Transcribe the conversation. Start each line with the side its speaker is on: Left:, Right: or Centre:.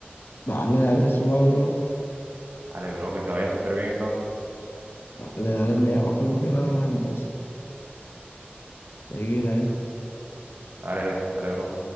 Left: Dale, dale, eso abro.
Right: Dale, bro, que te vaya súper bien entonces.
Left: Dale, dale, me llamas cuando quieras, entonces, seguir ahí.
Right: Dale, dale, bro.